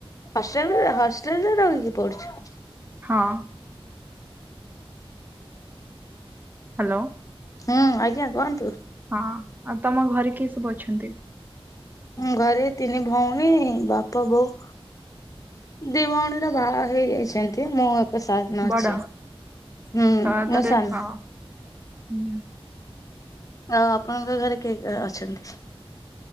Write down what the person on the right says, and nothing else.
ହଁ। ହ୍ୟାଲୋ।
ହଁ ଆଉ ତମ ଘରେ କିଏ ସବୁ ଅଛନ୍ତି?
ବଡ?
ତ ତାରେ
ହଁ ହୁଁ,